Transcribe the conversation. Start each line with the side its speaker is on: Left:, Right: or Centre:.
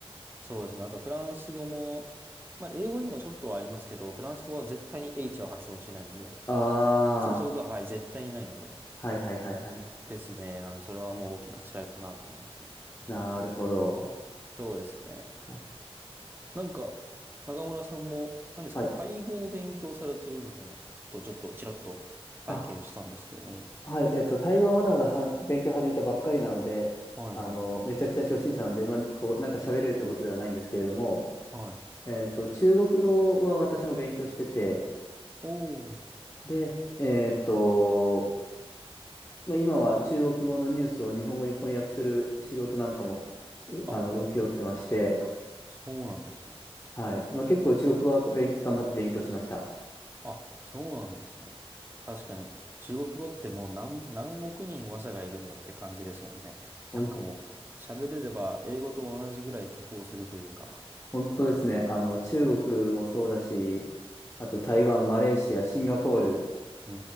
Right: そうですね。あとフランス語も、まあ英語にもちょっとはありますけど、フランス語は絶対に H は発音しないので、
Left: あ
Right: 発音することは、はい、絶対にないので、
Left: あ、はいはいはいはい。
Right: ですね。なんで、それはもう大きな違いかなと思いますね。
Left: なるほど。
Right: そうですね。
Left: はい。
Right: なんか、中村さんも、何ですか、
Left: はい。
Right: タイ語を勉強されてるみたいなことをちょっとちらっと拝見したんですけれども。
Left: あ、はい、えっと、タイ語はまだまだは勉強始めたばっかりなので、
Right: はいはい。
Left: あの、めちゃくちゃ初心者なので、まあ、こう、なんか喋れるってことではないんですけれども、
Right: はい。
Left: えっと、中国語は私も勉強してて、
Right: おー。
Left: で、えっと、まあ、今は中国語のニュースを日本語に翻訳する仕事なんかも、うあの、
Right: あ、
Left: 請け負ってまして、
Right: そうなんですね。
Left: はい、まあ、結構中国語は勉頑張って勉強しました。
Right: あ、そうなんですね。確かに、中国語ってもう何、何億人話者がいるんだって感じですもんね。<laughs>
Left: ほん、
Right: なんかもう、喋れれば英語と同じぐらい得をするというか。
Left: 本当ですね、あの、中国もそうだし、あと台湾、マレーシア、シンガポール、
Right: <laughs> うー